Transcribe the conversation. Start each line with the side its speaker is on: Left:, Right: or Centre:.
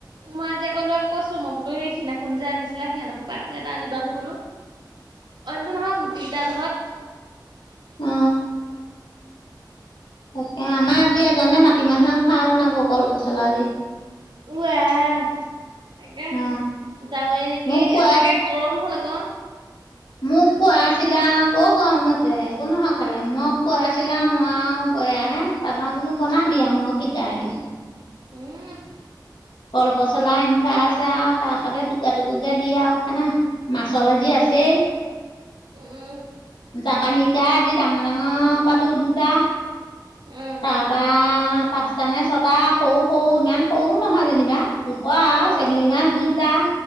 Right: মই আজি আকৌ লোৰাক কৈছো মই বুলুভেই সিদিনাখন যে আনিছিলা সিহঁতৰ ঘৰৰ পৰা আকৌ এটা অনিবাছোন বোলো।
Left: <inaudible>
Right: অনটো নহয় গুটি কেইটা ঘৰত।
Left: অ। তাকে আমাৰ আজি এজনে মাটিমাহৰ খাৰ বনাব কলপচলাদি।
Right: উ আহ তাকে
Left: অ
Right: হে যাৱেই নেকি
Left: মোক কোৱা
Right: এ তাকে গৰম হ'ল আক।
Left: মোক কৌৱা আছিলা কক গৰম হৈছে একো নহয় খালে ময়ক খোৱাই আছিলা মই আও এয়াহে তা পা বোলো বনাবি আও মক- শিকাই দিম।
Right: উম।
Left: কলপচলা আনি থোৱা আছে আও তাৰ সতে টুকুৰা টুকুইকে দি আও খানা। মাছৰ ভাজি
Right: তাকে
Left: আছেই
Right: উম
Left: জাপানী কা আজি ডাঙৰ ডাঙ- অ পালো দুটা
Right: উম
Left: তা পা পাঁচ- তানে ছটা সৰু সৰু ইমান সৰুও নহয় যেনিবা জোখোৱা আৰু
Right: অ
Left: চেঙেলী মাছ দুটা।